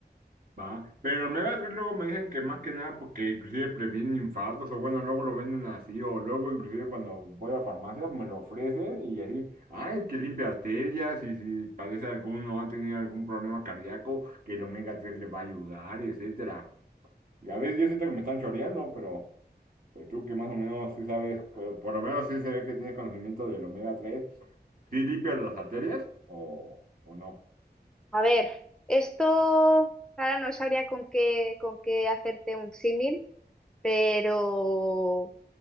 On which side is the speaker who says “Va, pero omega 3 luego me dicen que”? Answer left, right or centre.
Right